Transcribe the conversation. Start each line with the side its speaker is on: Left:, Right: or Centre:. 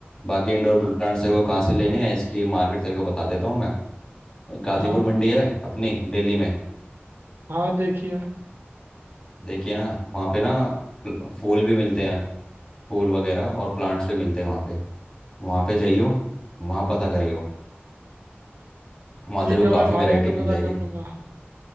Left: बाकी इंडोर प्लांट्स तेरे को कहाँ से लेने हैं इसकी मार्केट तेरे को बता देता हूँ मैं गाजीपुर
Right: हाँ ब-
Left: मंडी है अपनी दिल्ली में
Right: हाँ देखिए
Left: देखिए ना वहाँ पे ना प्ल- फूल भी मिलते हैं फूल वगैरह और प्लांट्स भी मिलते हैं वहाँ पे वहाँ पे जाइयो वहाँ पता करियो वहाँ
Right: ठीक
Left: तेरे को
Right: है भाई
Left: काफ़ी
Right: वहाँ
Left: वैरायटी
Right: जाके
Left: मिल
Right: पता
Left: जाएगी
Right: कर लूंगा